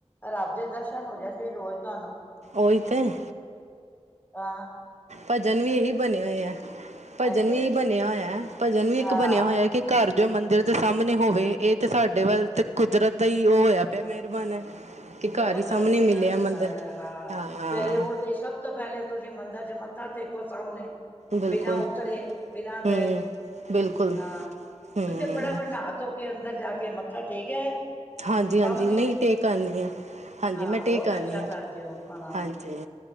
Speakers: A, on the left; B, on the right.
A: ਰੱਬ ਦੇ ਦਰਸ਼ਨ ਹੋ ਜਾਂਦੇ ਰੋਜ਼ ਤੁਹਾਨੂੰ।
B: ਓਹੀ ਤੇ।
A: ਆਾਂ।
B: ਭਜਨ ਵੀ ਇਹੀ ਬਣੇ ਹੋਏ ਹੈ, ਭਜਨ
A: ਹਾਂਜੀ
B: ਵੀ ਇਹੀ ਬਣਿਆ ਹੋਇਆ ਹੈ, ਭਜਨ ਵੀ
A: ਹਾਂ
B: ਇੱਕ ਬਣਿਆ ਹੋਇਆ ਕਿ ਘਰ ਜੋ ਮੰਦਿਰ ਦੇ ਸਾਹਮਣੇ ਹੋਵੇ, ਇਹ ਤੇ ਸਾਡੇ ਵੱਲ ਤੇ ਕੁਦਰਤ ਦਾ, ਹੀ ਉਹ ਹੋਇਆ ਪਿਆ ਮਿਹਰਬਾਨ ਹੈ। ਕਿ
A: ਬਹੁਤ,
B: ਘਰ ਹੀ ਸਾਹਮਣੇ
A: ਕੁਦਰਤ
B: ਮਿਲਿਆ
A: ਦੀ
B: ਮੰਦਿਰ।
A: ਗੱਲ ਹੈ ਆਹ,
B: ਹਾਂ,
A: ਸਵੇਰੇ ਉੱਠਦੇ, ਹੀ ਸਭ ਸਭ ਤੋਂ ਪਹਿਲੇ, ਤੁਸੀਂ ਮੰਦਿਰ ਚ ਮੱਥਾ ਟੇਕੋ ਸਾਹਮਣੇ।
B: ਬਿਲਕੁਲ,
A: ਬਿਨਾਂ ਉਤਰੇ, ਬਿਨਾਂ
B: ਹੂੰ,
A: ਗਏ,
B: ਬਿਲਕੁਲ,
A: ਹਾਂ
B: ਹੂੰ।
A: ਉੇ ਫਟਾਫਟ ਨਾਹ ਕਿਥੋਂ ਕੇ ਅੰਦਰ ਜਾ ਕੇ, ਮੱਥਾ ਟੇਕਿਆ।
B: ਹਾਂਜੀ-
A: ਸਾਹਮਣੇ
B: ਹਾਂਜੀ ਨਹੀਂ
A: ਹੈ
B: ਟੇਕ ਆਨੀ ਆ, ਹਾਂਜੀ
A: ਹਾਂ
B: ਮੈਂ
A: ਬਹੁਤ
B: ਟੇਕ ਆਨੀ
A: ਅੱਛਾ ਕਰਦੇ ਹੋ ਹਾਂ
B: ਹਾਂਜੀ।